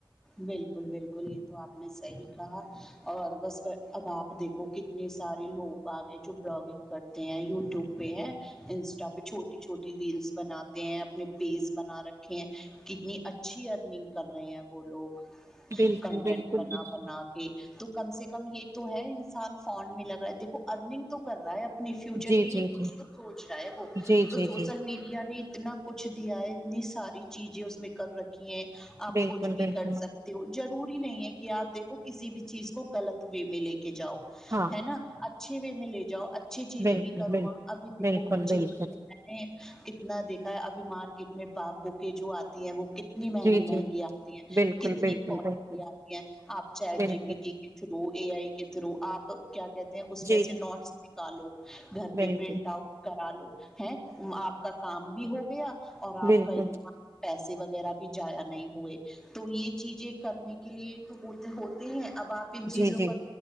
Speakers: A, in the centre; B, on the right.
A: بالکل بالکل یہ تو آپ نے صحیح کہا اور بس اب آپ دیکھو کتنے سارے لوگ آگئے جو بلگنگ کرتے ہیں یوٹیوب پہ ہیں انسٹا پہ چھوٹی چھوٹی ریلس بناتے ہیں اپنے پیز بنا رکھے ہیں کتنی ا چھی ارننگ کر رہے ہیں وہ لوگ
B: بالکل
A: کنٹینٹ
B: بالکل
A: بنا
B: بالکل
A: بنا کے تو کم سے کم یہ تو ہے انسان فون میں لگا ہے دیکھو ارننگ تو کر رہا ہے اب اپنے فیوچر
B: جی
A: کے لیے
B: جی
A: کچھ
B: جی
A: تو سوچ رہا ہے وہ
B: جی
A: تو
B: جی
A: سوشل
B: جی
A: میڈیا نے اتنا کچھ دیا ہے اتنی ساری چیزیں اس میں کر رکھی ہیں آپ
B: بالکل
A: کچھ بھی
B: بالکل
A: کر سکتے ہو ضروری نہیں ہے کہ آپ دیکھو کسی بھی چیز کو غلط وے میں لے کے جاؤ
B: ہاں
A: ہے نا اچھے وے میں لے جاؤ اچھی چیزیں
B: بالکل
A: بھی کرو
B: بالکل
A: وہاں ابھی دیکھو
B: بالکل
A: بچے
B: بالکل
A: پڑھنے کتنا دیکھا ہے ابھی مارکیٹ میں با بکیں جو آتی ہیں وہ ک تنی مہنگی
B: جی
A: مہنگی
B: جی
A: آتی ہیں
B: بالکل
A: کتنی
B: بالکل
A: کالیں
B: بالکل
A: آتی ہیں آپ چیٹ
B: بالکل
A: جی پی ٹی کے تھرو اے آئی کے تھرو آپ کیا کہتے ہیں اس میں
B: جی جی
A: سے نوٹس نکالو گھر پہ
B: بالکل
A: پرنٹ آؤٹ کرا لو ہے آپ کا کام بھی ہو گیا اور آپ
B: بالکل
A: کا اس بار پیسے وغیرہ بھی جایا نہیں ہوئے تو یہ چیزیں کرنے کے لیے تو ہوتے ہیں اب آپ ان
B: جی
A: چیزوں
B: جی
A: کا